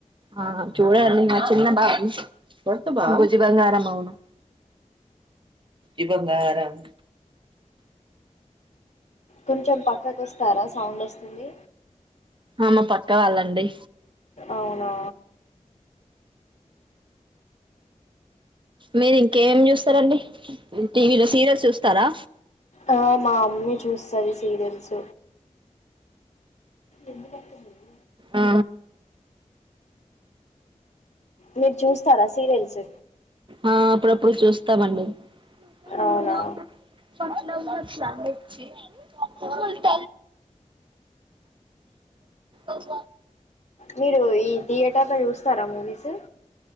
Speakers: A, on the right (about 40°); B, on the left (about 65°).
A: ఆ చూడాలి మరి చిన్న బాబు బుజ్జి బంగారం అవును ఇదే బంగారం
B: కొంచెం పక్కకు వస్తారా సౌండ్ వస్తుంది
A: అ మా పక్క వాళ్ళండి
B: అవునా
A: మీరు ఇంకేమి చూస్తరండి టీవీలో సీరియల్స్ చూస్తారా
B: ఆ మా అమ్మీ చూస్తది సీరియల్స్ ఎందుకు అర్థం గాదు
A: ఆ
B: మీరు చూస్తారా సీరియల్స్
A: ఆ అప్పుడప్పుడు చూస్తామండి <unintelligible>
B: అవునా
A: ఉల్ట ఉల్
B: మీరు ఈ థియేటర్ లో చూస్తారా మూవీస్